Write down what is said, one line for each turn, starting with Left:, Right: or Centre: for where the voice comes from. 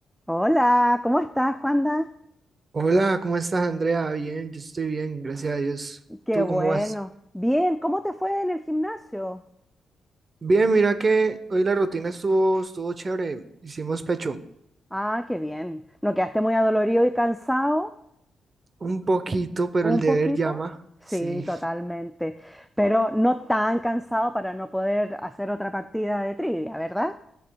Centre: Hola, ¿cómo estás, Juanda?
Right: Hola, ¿cómo estás, Andrea? Bien, yo estoy bien, gracias a Dios.
Centre: Qué
Right: ¿Tú
Centre: bueno.
Right: cómo vas?
Centre: Bien, ¿cómo te fue en el gimnasio?
Right: Bien, mira que hoy la rutina estuvo, estuvo chévere. Hicimos pecho
Centre: Ah, qué bien. ¿No quedaste muy adolorido y cansado?
Right: un poquito, pero
Centre: un
Right: el deber
Centre: poquito.
Right: llama.
Centre: Sí,
Right: Sí.
Centre: totalmente. Pero no tan cansado para no poder hacer otra partida de trivia, ¿verdad?